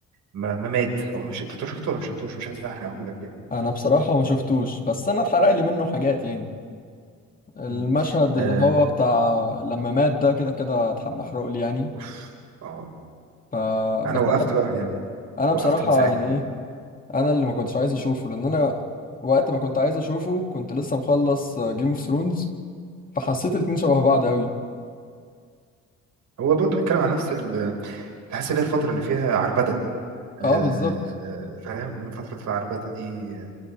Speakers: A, on the right; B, on the left.
A: ما, ما مات هو مش انت شفته ولا مش شفتوش مش عايز احرقهولك يعني
B: انا بصراحة ما شفتوش بس انا اتحرق لي منه حاجات يعني المشهد
A: مم. آه
B: اللي هو بتاع لما مات ده كده كده اتح- محروق لي يعني
A: أوف أه
B: ف
A: أنا
B: بس
A: وقفت
B: انا
A: بقى من هنا
B: أنا
A: وقفت
B: بصراحة
A: من ساعتها
B: يعني ايه انا اللي ما كنتش عايز اشوفه لان انا وقت ما كنت عايز اشوفه كنت لسه مخلص جيم اوف ثرونز فحسيت الاتنين شبه بعض قوي
A: هو برضو بيتكلم عن نفس ال تحس إن هي الفترة اللي فيها عربدة آه
B: اه بالظبط
A: فاهم من فترة العربدة دي